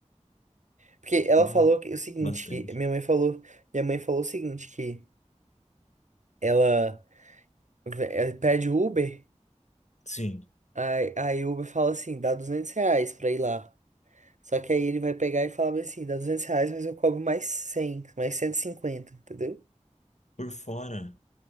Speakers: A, on the right; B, on the left.
A: Porque ela
B: duas.
A: falou que, o seguinte,
B: Bastante.
A: que minha mãe falou. Minha mãe falou o seguinte, que ela, ve- ela pede Uber.
B: Sim,
A: Aí, aí o Uber fala assim, dá 200 reais pra ir lá. Só que aí ele vai pegar e falar bem assim, dá 200 reais, mas eu cobro mais 100 mais 150 entendeu?
B: por fora.